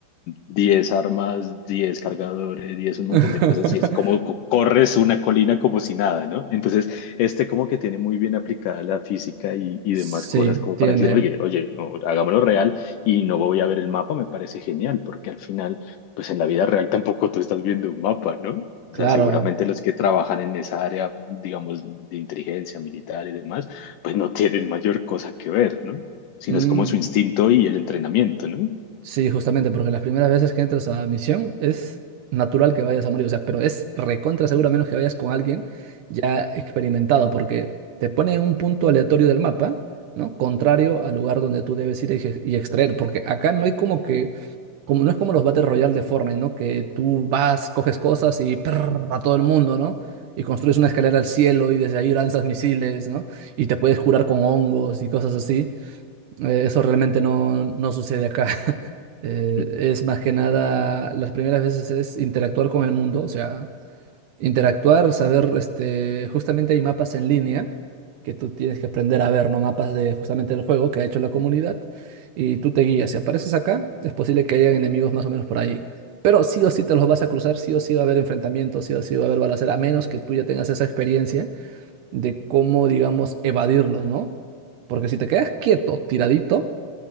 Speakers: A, on the left; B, on the right.
A: 10 armas, 10 cargadores, 10 un montón
B: <laughs>
A: de cosas y es como co- corres una colina como si nada, ¿no? Entonces, este como que tiene muy bien aplicada la física y, y
B: Sí,
A: demás cosas como
B: tiene.
A: para decir, oye, oye, no, hagámoslo real y no voy a ver el mapa, me parece genial, porque al final pues en la vida real tampoco tú estás viendo un mapa, ¿no? O
B: Claro.
A: sea, seguramente los que trabajan en esa área, digamos, de inteligencia militar y demás, pues no tienen mayor cosa que ver, ¿no? Sino
B: Mm.
A: es como su instinto y el entrenamiento, ¿no?
B: Sí, justamente, porque las primeras veces que entras a misión es natural que vayas a morir, o sea, pero es recontra seguro a menos que vayas con alguien ya experimentado, porque te pone en un punto aleatorio del mapa, ¿no? Contrario al lugar donde tú debes ir y ex- y extraer, porque acá no hay como que, como no es como los Battle Royale de Fortnite, ¿no? Que tú vas, coges cosas y prrr, a todo el mundo, ¿no? Y construyes una escalera al cielo y desde ahí lanzas misiles, ¿no? Y te puedes curar con hongos y cosas así. Eh, eso realmente no, no sucede acá. <laughs> Eh,
A: Mm.
B: es más que nada, las primeras veces es interactuar con el mundo, o sea, interactuar, saber, este, justamente hay mapas en línea que tú tienes que aprender a ver, ¿no? Mapas de justamente del juego que ha hecho la comunidad y tú te guías. Si apareces acá, es posible que hayan enemigos más o menos por ahí. Pero sí o sí te los vas a cruzar, sí o sí va a haber enfrentamientos, sí o sí va a haber balacera, a menos que tú ya tengas esa experiencia de cómo, digamos, evadirlos, ¿no? Porque si te quedas quieto, tiradito,